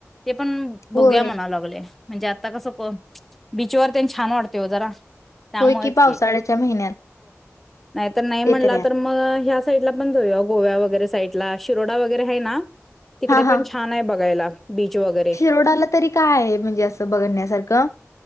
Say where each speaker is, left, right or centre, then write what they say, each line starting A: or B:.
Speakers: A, in the centre; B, on the left.
A: ते पण
B: होय
A: बोघ्या म्हणा लागले. म्हणजे आता कसं बीचवर त्यांनी छान वाटते हो जरा- त्यामुळेच
B: होय की पावसाळ्याच्या महिन्यात-
A: नाही तरर नाही
B: ते
A: म्हणला
B: तरी आहे
A: तर मग ह- साईड ला पण जाऊया गोव्या वगैरे साईड ला शिरोड वगैरे आहे ना- तिकडे
B: हा
A: पण
B: हा
A: छान आहे बघायला. बीच वगैरे
B: शिरोडाला तरी काय आहे म्हणजे असं बघण्यासारखं.